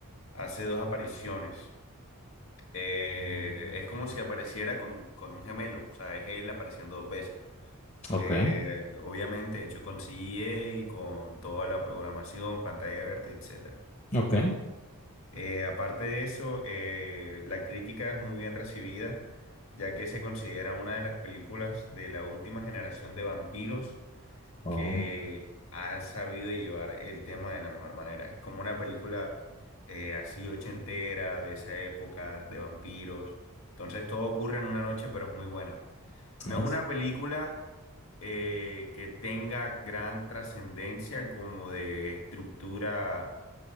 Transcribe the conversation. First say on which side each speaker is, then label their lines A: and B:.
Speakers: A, on the left; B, on the left.
A: hace dos apariciones. Eh, es como si apareciera con, con un gemelo, o sea, es él apareciendo dos veces.
B: okay,
A: Eh, obviamente hecho con CGA y con toda la programación, pantalla verde, etcétera.
B: okay,
A: Eh, aparte de eso, eh, la crítica es muy bien recibida, ya que se considera una de las películas de la última generación de vampiros
B: Oh,
A: que ha sabido llevar el tema de la mejor manera. Es como una película eh, así ochentera, de esa época, de vampiros. Entonces todo ocurre en una noche, pero es muy buena. No
B: oh,
A: es una película eh, que tenga gran trascendencia como de estructura